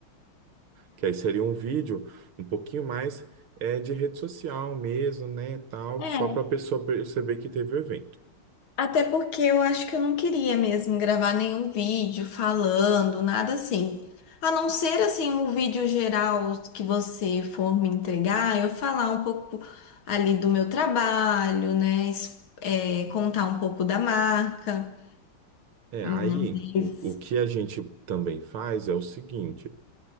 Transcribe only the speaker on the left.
Ah,
Até porque eu acho que eu não queria mesmo gravar nenhum vídeo falando, nada assim. A não ser assim o vídeo geral que você for me entregar, eu falar um pouco ali do meu trabalho, né? es- é, contar um pouco da marca.
Hum,
mas-